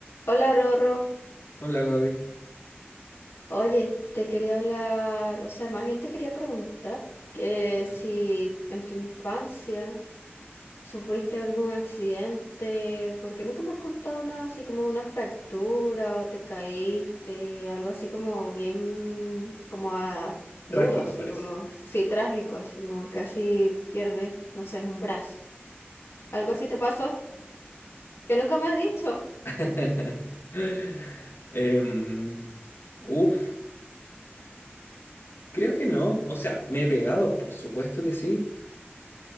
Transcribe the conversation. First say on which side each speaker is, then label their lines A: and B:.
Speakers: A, on the left; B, on the left.
A: Hola Rorro,
B: Hola Gaby.
A: oye, te quería hablar, o sea, más bien te quería preguntar que
B: Ya.
A: si en tu infancia sufriste algún accidente, porque nunca me has contado nada así como una fractura o te caíste, algo así como bien, como a-
B: Trágico
A: duro, así
B: parece.
A: como, sí, trágico, así como que casi pierdes, no sé, un brazo. ¿Algo así te pasó? Que nunca me has dicho.
B: <laughs> Em, uf, creo que no. O sea, me he pegado, por supuesto que sí,